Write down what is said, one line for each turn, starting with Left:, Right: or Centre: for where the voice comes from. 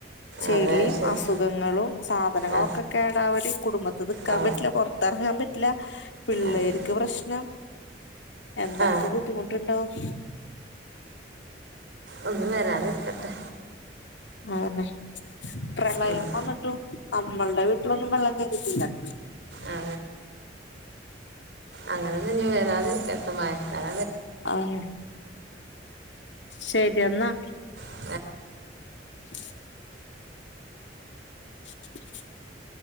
Left: ചെളിയും
Right: അതെ ശരി
Left: അസുഖങ്ങളും സാധനങ്ങളൊക്കെ
Right: ആ
Left: കേടവല് കുടുംബത്ത് നിക്കാൻ
Right: ആ
Left: പറ്റില്ല പുറത്തിറങ്ങാൻ ഇല്ല പിള്ളേർക്ക്
Right: അതെ
Left: പ്രശ്നം എന്തൊക്കെ
Right: ആ
Left: ബുദ്ധിമുട്ടുണ്ടാവും.
Right: ഒന്നും വരാതിരിക്കട്ടെ.
Left: ആന്നെ. പ്രളയം
Right: ഉം,
Left: വന്നിട്ടു നമ്മളുടെ വീട്ടിലൊന്നും വെള്ളം കേ <unintelligible>
Right: ആ അങ്ങനെയെന്നും ഇഞ്ഞി വെരാതിരിക്കറട്ടെ മഴക്കാല
Left: അതന്നെ ശരി എന്നാ
Right: <inaudible>
Left: <inaudible> <inaudible>